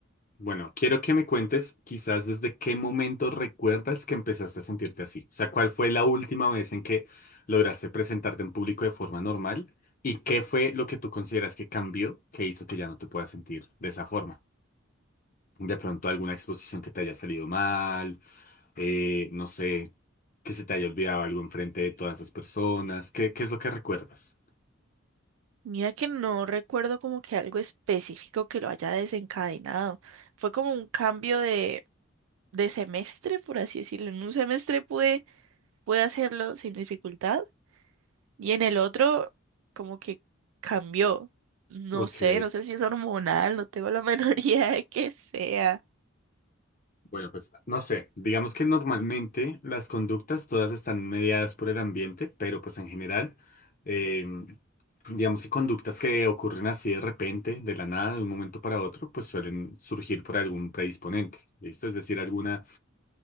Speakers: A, on the left; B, on the right.
A: Bueno, quiero que me cuentes quizás desde qué momento recuerdas que empezaste a sentirte así. O sea, ¿cuál fue la última vez en que lograste presentarte en público de forma normal? ¿Y qué fue lo que tú consideras que cambió que hizo que ya no te puedas sentir de esa forma? De pronto alguna exposición que te haya salido mal, eh, no sé, que se te haya olvidado algo enfrente de todas las personas. ¿Qué, qué es lo que recuerdas?
B: Mira que no recuerdo como que algo específico que lo haya desencadenado. Fue como un cambio de, de semestre, por así decirlo. En un semestre pude, pude hacerlo sin dificultad. Y en el otro, como que cambió. No
A: Ok.
B: sé, no sé si es hormonal, no tengo la menor <laughs> idea de que sea.
A: Bueno, pues no sé, digamos que normalmente las conductas todas están mediadas por el ambiente, pero pues en general, eh, digamos que conductas que ocurren así de repente, de la nada, de un momento para otro, pues suelen surgir por algún predisponente, ¿listo? Es decir, alguna,